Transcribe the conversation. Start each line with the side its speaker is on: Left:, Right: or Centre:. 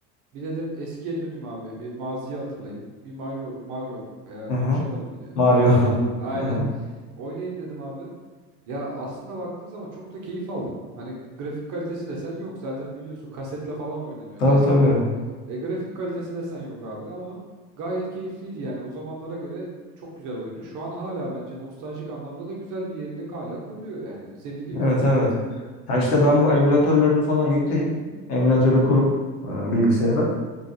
Right: Bir dedim eskiye döneyim abi. Bir maziyi hatırlayayım. Bir Mario, Mario e,
Left: Hı
Right: konuşamadım
Left: hı.
Right: yine. <laughs>
Left: Mario.
Right: Mario
Left: <laughs>
Right: oynayayım. Aynen.
Left: Hı hı.
Right: Oynayayım dedim abi. Ya aslına baktığın zaman çok da keyif aldım. Hani grafik kalitesi desen yok zaten biliyorsun kasetle falan oynanıyordu
Left: Tabii
Right: eskiden.
Left: tabii.
Right: E grafik kalitesi desen yok abi ama gayet keyifliydi yani o zamanlara göre çok güzel oyundu. Şu an hala bence nostaljik anlamda da güzel bir yerini hala koruyor yani. Seviliyor.
Left: Evet evet. Ya işte ben bu emülatörlerini falan yükleyip emülatörü kurup e, bilgisayara